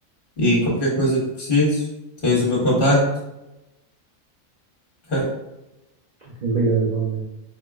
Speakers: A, on the left (about 40°); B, on the right (about 80°).
A: E qualquer coisa que precises, tens o meu contacto. ok?
B: Ok, Obrigado, igualmente.